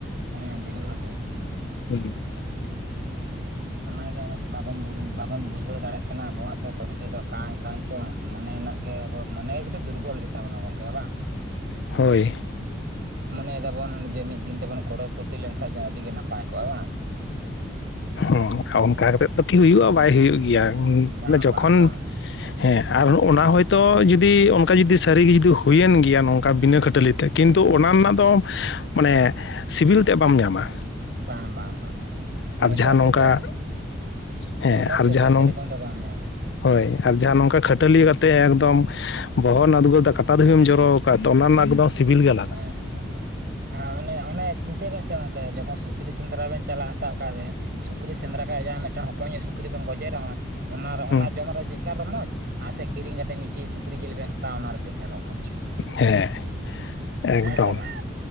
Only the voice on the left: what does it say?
ᱦᱸ <unintelligible>
ᱦᱳᱭ᱾
ᱦᱚᱸ ᱚᱱᱠᱟ ᱠᱟᱛᱮᱜ ᱫᱚ ᱠᱤ ᱦᱩᱭᱩᱜᱼᱟ ᱵᱟᱭ ᱦᱩᱭᱩᱜ ᱜᱮᱭᱟ,
ᱡᱚᱠᱷᱚᱱ
ᱦᱮᱸ ᱟᱨ ᱚᱱᱟ ᱦᱚᱭᱛᱚ ᱡᱩᱫᱤ ᱚᱱᱠᱟ ᱡᱩᱫᱤ ᱥᱟᱹᱨᱤᱜᱮ ᱡᱩᱫᱤ ᱦᱩᱭᱮᱱ ᱜᱤᱭᱟ ᱱᱚᱝᱠᱟ ᱵᱤᱱᱟᱹ ᱠᱷᱟᱹᱴᱟᱹᱞᱤ ᱛᱮ ᱠᱤᱱᱛᱩ ᱚᱱᱟ ᱨᱮᱱᱟᱜ ᱫᱚ ᱢᱟᱱᱮ ᱥᱤᱵᱤᱞ ᱛᱮᱜ ᱵᱟᱢ ᱧᱟᱢᱟ᱾
ᱟᱨ
ᱡᱟᱦᱟᱸ
ᱱᱚᱝᱠᱟ
ᱦᱮᱸ
ᱟᱨ
ᱡᱟᱦᱟᱸ
ᱱᱚᱝ
ᱦᱳᱭ ᱟᱨ ᱡᱟᱦᱟᱸ ᱱᱚᱝᱠᱟ ᱠᱷᱟᱹᱴᱟᱹᱞᱤ ᱠᱟᱛᱮ ᱮᱠᱫᱚᱢ ᱵᱚᱦᱚᱜ ᱨᱮᱱᱟᱜ ᱩᱫᱽᱜᱟᱹᱫᱟᱜ ᱠᱟᱴᱟ ᱫᱷᱟᱹᱵᱤᱢ ᱡᱚᱨᱚ ᱠᱟᱫ ᱛᱚ ᱚᱱᱟ ᱨᱮᱱᱟᱜ ᱮᱠᱫᱚᱢ ᱥᱤᱵᱤᱞ ᱜᱮ ᱟᱞᱟᱫᱟ᱾
ᱦᱩᱸ
ᱦᱮᱸ ᱮᱠᱫᱚᱢ